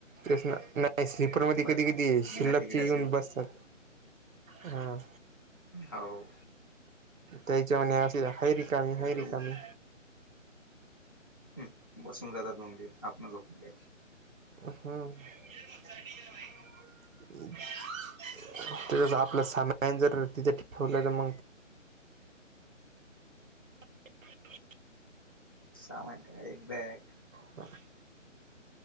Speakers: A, on the right (about 85°); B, on the left (about 15°).
A: तेच ना, नाही. स्लीपर मध्ये
B: बाकी
A: कधी कधी
B: बिना
A: शिल्लकचे
B: तिकिटाचे
A: येऊन बसतात. हां.
B: हाओ.
A: त्याच्यामध्ये <unintelligible> हैरिकामी
B: ते
A: हैरिकामी
B: हम्म बसून जातात म्हंली आपण झोपाय
A: अ हं <unintelligible>
B: <inaudible>
A: <unintelligible> तेच आपलं सामान जर तिथं ठेवलं तर मं <unintelligible>
B: सामान काय एक बॅग.
A: <unintelligible>